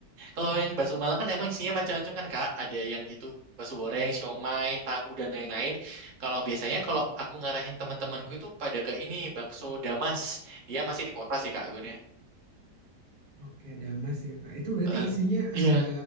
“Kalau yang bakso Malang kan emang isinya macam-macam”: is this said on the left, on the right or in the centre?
Right